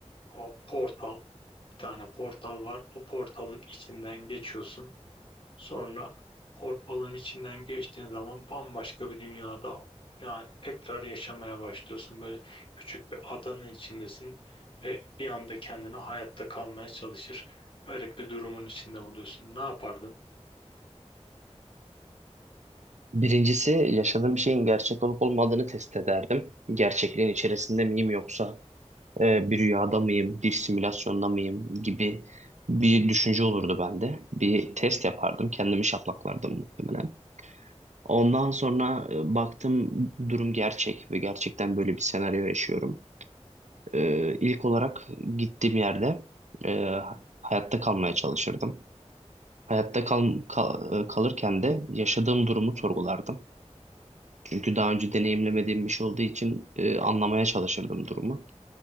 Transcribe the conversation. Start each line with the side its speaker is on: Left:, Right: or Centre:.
Left: o portal, bir tane portal var. O portalın içinden geçiyorsun. Sonra portalın içinden geçtiğin zaman bambaşka bir dünyada yani tekrar yaşamaya başlıyorsun. Böyle küçük bir adanın içindesin ve bir anda kendini hayatta kalmaya çalışır. Garip bir durumun içinde buluyorsun. Ne yapardın?
Right: Birincisi yaşadığım şeyin gerçek olup olmadığını test ederdim. Gerçekliğin içerisinde miyim yoksa e, bir rüyada mıyım, bir simülasyonda mıyım gibi bir düşünce olurdu bende. Bir test yapardım, kendimi şaplaklardım muhtemelen. Ondan sonra e, baktım durum gerçek ve gerçekten böyle bir senaryo yaşıyorum. E, ilk olarak gittiğim yerde e, hayatta kalmaya çalışırdım. Hayatta kal kal- e, kalırken de yaşadığım durumu sorgulardım. Çünkü daha önce deneyimlemediğim bir şey olduğu için e, anlamaya çalışırdım durumu.